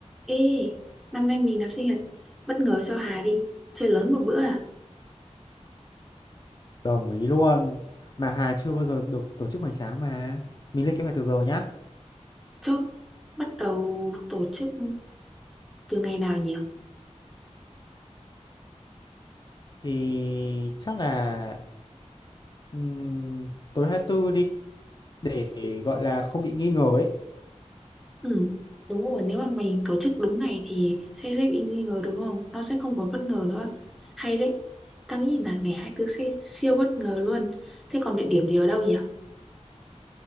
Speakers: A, in the centre; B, on the left (about 35°).
A: Ê, năm nay mình làm sinh nhật bất ngờ cho Hà đi, chơi lớn một bữa à?
B: Đồng ý luôn. Mà Hà chưa bao giờ được tổ chức hoành tráng mà. Mình lên kế hoạch từ giờ nhá.
A: Chốt, bắt đầu tổ chức từ ngày nào nhỉ?
B: Thì chắc là ừm, tối hai tư đi để gọi là không bị nghi ngờ ấy.
A: Ừ, đúng rồi, nếu mà mình tổ chức đúng ngày thì sẽ dễ bị nghi ngờ đúng không? Nó sẽ không còn bất ngờ nữa. Hay đấy, tao nghĩ là ngày 24 sẽ siêu bất ngờ luôn. Thế còn địa điểm thì ở đâu nhỉ?